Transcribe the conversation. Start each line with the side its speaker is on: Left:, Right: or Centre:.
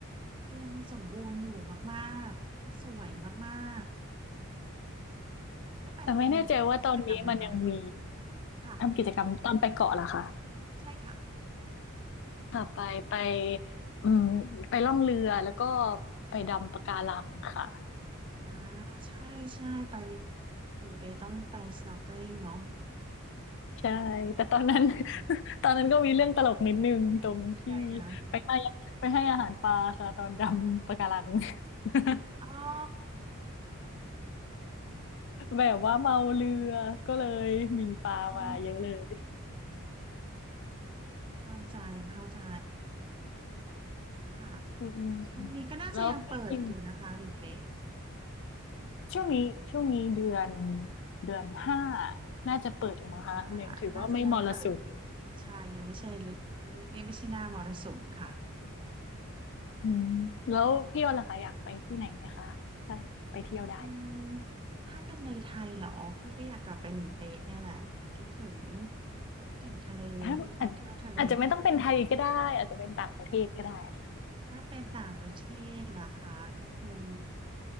Right: คือยังสมบูรณ์อยู่มากๆคือสวยมากๆได้ไป
Left: แต่ไม่แน่ใจว่าตอนนี้มันยังมี
Right: ทำกิจกรรมไหมคะค่ะ
Left: ทำกิจกรรมตอนไปเกาะล่ะคะ
Right: ใช่ค่ะ
Left: ค่ะไปไปอืมไปล่องเรือแล้วก็ไปดำปะการังค่ะ
Right: อ่าใช่ใช่ไปหรือไปต้องไป snorkeling เนาะ
Left: ใช่แต่ตอนนั้น
Right: จริงค่ะ
Left: <laughs> ตอนนั้นก็มีเรื่องตลกนิดนึงตรงที่
Right: ยังไงคะ
Left: ไปให้ไปให้อาหารปลาค่ะตอนดำปะการัง <laughs>
Right: อ๋อ
Left: แบบว่าเมาเรือก็เลยมีปลามาเยอะเลย
Right: อ๋อเข้าใจเข้าใจค่ะ
Left: อืม
Right: ช่วงนี้ก็น่าจะยังเปิดอยู่นะคะหรือเป๊ะ
Left: แล้วพี่ช่วงนี้ช่วงนี้เดือนเดือนห้าน่าจะเปิดอยู่มั้งคะเรียงถือว่าไม่มรสุม
Right: ค่ะน่าจะยังเปิดอยู่ ใช่ ยังไม่ใช่ฤไม่ยังไม่ใช่หน้ามรสุมค่ะ
Left: อืมแล้วพี่ออนล่ะคะอยากไปที่ไหนไหมคะถ้าไปเที่ยวได้
Right: อืมถ้าเป็นในไทยเหรอ พี่ก็อยากกลับไปหลีเป๊ะเนี่ยแหละ คิดถึงถึงทะเลพี่ชอบเที่ยวทะเล
Left: <laughs> อาอาจอาจจะไม่ต้องเป็นไทยก็ได้อาจจะเป็นต่างประเทศก็ได้ค่ะ
Right: ถ้าเป็นต่างประเทศล่ะคะก็คง